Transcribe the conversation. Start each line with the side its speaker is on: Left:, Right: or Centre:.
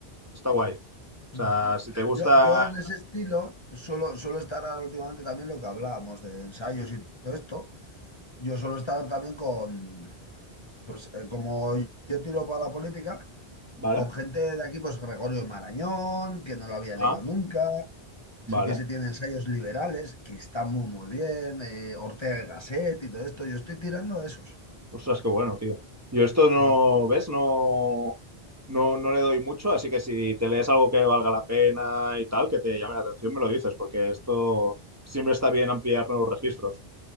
Right: Está guay. O
Left: mm.
Right: sea, si te gusta.
Left: Yo, yo en ese estilo suelo, suelo estar ahora últimamente también lo que hablábamos de ensayos y todo esto. Yo suelo estar también con, pues eh, como yo tiro para la política,
Right: Vale.
Left: con gente de aquí, pues Gregorio Marañón, que no lo había
Right: Ah,
Left: leído nunca. Sí
Right: vale.
Left: que se tiene ensayos liberales, que están muy, muy bien, eh, Ortega y Gasset y todo esto. Yo estoy tirando a esos.
Right: Ostras, qué bueno, tío. Yo esto no,
Left: Mm.
Right: ¿ves? No, no, no le doy mucho, así que si te lees algo que valga la pena y tal, que te llame la atención, me lo dices, porque esto siempre está bien ampliar nuevos registros.